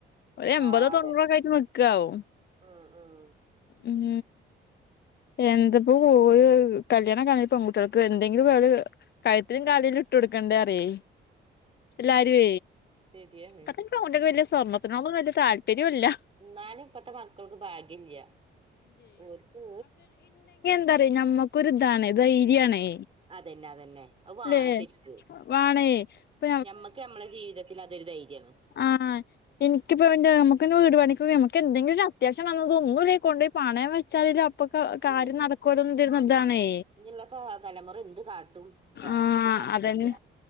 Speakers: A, on the left (about 55°); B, on the right (about 30°).
A: ഒരു എമ്പതോ
B: ആഹ് അതെ
A: തൊണ്ണൂറോക്കെ ആയിട്ട് നിക്കാവും
B: ഉം ഉം
A: ഉം എന്ത് പ് പ്പൊഓര് കല്യാണക്കഴിഞ പെൺകുട്ടികൾക്ക് എന്തെങ്കിലും കഴുത്തിലും കാതിലും ഇട്ട് കൊടുക്കേണ്ടേ അറിയേ എല്ലാരേ
B: ശരിയാണ്
A: ഇപ്പത്തെ പെൺകുട്ട്യേക്ക് വല്യ സ്വർണ്ണത്തിനോട്‌ വല്യ താല്പര്യം തരൂല്യ
B: എന്നാനും ഇപ്പത്തെ മക്കൾക്ക് ഭാഗ്യല്ല ഓര്ക്ക്
A: എന്താ പറയ നമ്മുക്കൊരിതാണ് ധൈര്യാണേ
B: അതന്നെ അതന്നെ അത് വാണം
A: ല്ലേ
B: ശരിക്ക്‌
A: വാണേ ഇപ്പ
B: ഞമ്മക്ക് നമ്മടെ ജീവിതത്തിന് അതൊരു ധൈര്യാണ്
A: ആഹ എനിക്കിപ്പം നമുക്കെന്നെവീട് പണിക്ക്‌ നമുക്ക് എന്തങ്കിലും അത്യാവശ്യം വന്നത് ഒന്നുല്ലേ കൊണ്ട് പോയി പണയം ച്ചാല് അപ്പൊക്കെ കാര്യം
B: അതന്നെ
A: നടക്കൊല്ലോ ഇതാണേ
B: ഇഞ്ഞിള്ള തലമുറ എന്ത് കാട്ടും
A: ആഹ
B: നോക്കിയാ അന്തല്ല
A: അതന്നെ